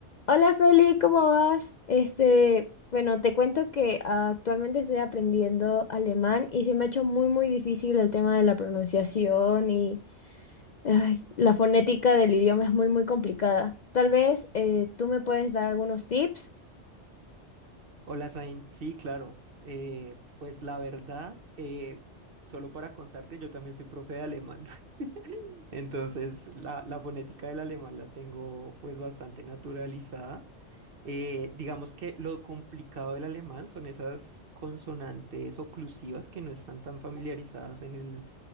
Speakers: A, on the left; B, on the right.
A: Hola Feli, ¿cómo vas? Este, bueno, te cuento que ah, actualmente estoy aprendiendo alemán y se me ha hecho muy, muy difícil el tema de la pronunciación y ay, la fonética del idioma es muy, muy complicada. Tal vez eh, tú me puedes dar algunos tips.
B: Hola, Zain. Sí, claro. Eh, pues la verdad, eh, solo para contarte, yo también soy profe de alemán. <laughs> Entonces, la, la fonética del alemán la tengo pues bastante naturalizada. Eh, digamos que lo complicado del alemán son esas consonantes oclusivas que no están tan familiarizadas en el,